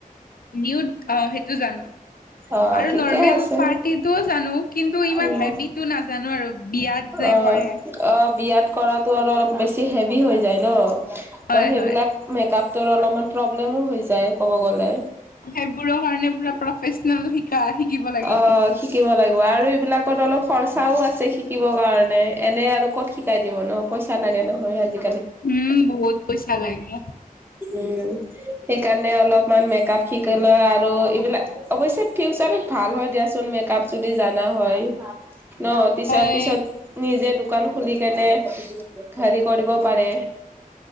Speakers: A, on the left; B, on the right.
A: নিউড অ সেইটো জানো
B: অ
A: আৰু
B: ঠিকে
A: নৰ্মেল
B: আছে।
A: পাৰ্টিটোও জানো কিন্তু ইমান
B: উম
A: হেভিটো নাজানো আৰু বিয়াত যে
B: অ
A: কৰে
B: অ। বিয়াত কৰাটো অল লপ বেছি হেভি হৈ যাই ন।
A: হয়
B: ত সেইবিলাক
A: হয়
B: মেকাপ তোৰ অলপমান প্ৰব্লেমো হৈ যায় ক'ব গ'লে।
A: সেইবোৰৰ কাৰণে পুৰা প্ৰফেচনেল শিকা শিকিব লাগিব।
B: অ', শিকিব লাগিব আৰু এইবিলাকত অলপ খৰচাও আছে শিকিব কাৰণে এনে আৰু ক'ত শিকাই দিব ন। পইচা লাগে নহয় আজি
A: উম বহুত পইচা লাগে।
B: উম। সেইকাৰণে অলপমান মেকআপ শিকি ল আৰু এইবিলাক অৱশ্যে ফিউচাৰত ভাল হয় দিয়াচোন মেকআপ যদি জানা হয়। ন তিছৰ
A: হয়।
B: পিছত নিজে দো দোকান খুলি কেনে হেৰি কৰিব পাৰে।